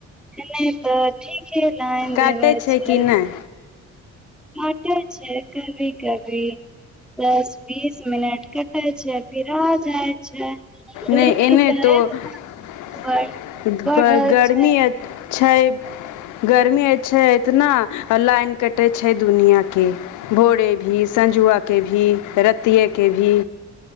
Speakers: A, in the centre; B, on the left (about 75°).
A: नै तऽ ठीके लाइन
B: काटै
A: देबा
B: छै
A: छैै।
B: कि नहि
A: काटै छै कभी-कभी। दस-बीस मिनट कटे छै, फिर आ जाय छै। गर्मी
B: नै इन्ने
A: तऽ
B: तो ग
A: बढ़ बढ़
B: गरमी
A: छै
B: आय छै। गर्मीये छै इतना आ लाइन कटै छै दुनिया के। भोरे भी, संझुआ के भी, रतिया के भी।